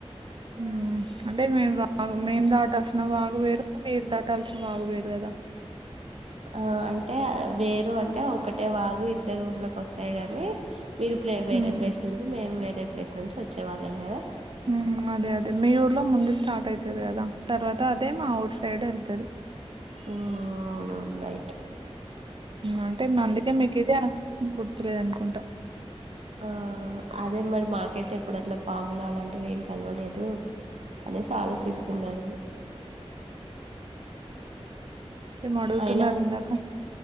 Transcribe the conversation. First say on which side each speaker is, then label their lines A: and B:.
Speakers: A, on the right; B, on the right.
A: ఉమ్ అంటే మేము బాగా మేం దాటాల్సిిన సనా వాగ వేరుగా మీరు ద టల్సిన వాగ వేరుగాదా
B: ఆ అంటే వేరు అంటే ఒకటే వాగు ఇద్దరు ఊళ్ళ కి వస్తాయి కాని మీరు ప్లే వేరే
A: మ్మ్
B: ప్లేస్ నుంచి మేము వేరే అే ప్లేస్ నుంచి వచ్చేవాళ్ళం కదా
A: మ్ అదే అదే మీ ఊర్లో ముందు స్టార్ట్ అవుతుది కదా తర్వాత అదే మా ఊరు సైడ్ వెళ్తుది
B: ఆ అవునవును రయి
A: అంటే అందుకే మీకు ఇది గుర్తులేదు అనుకుంటా
B: ఆ అ అదే మరి మాకైతే ఇప్పుడు అట్లా పాములు అలాంటివి ఏం కలవలేదు అనేసి ఆలోచిస్తున్నాను
A: మ్మ్ అడుగుతున్నారు
B: అయినా
A: ఇందాక